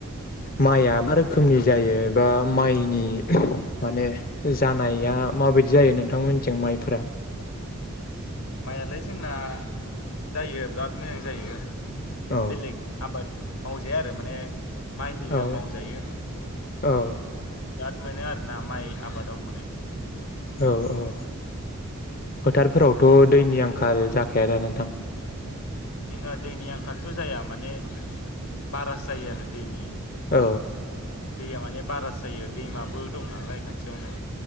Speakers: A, on the left; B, on the left.
A: माइआ मा रोखोमनि जायो बा माइनि माने जानाया माबायदि जायो नोंथांमोननिथिं माइफोरा?
B: माइआलाय जोंना जायो बिराद मोजां जायो। माने
A: औ
B: बेलेग आबाद मावजाया आरो माने माइनिल
A: औ
B: मावजायो।
A: औ।
B: बिराद मोनो आरो ना माइ आबादाव माने
A: औ औ। फोथारफोरावथ' दैनि आं खाल जाखाया दा नोंथां?
B: जोंहा दैनि आंखालथ' जाया माने बारासो जायो आरो दैनि
A: औ।
B: दैया माने बारासो जायो दैमाबो दं नालाय खाथियावनो।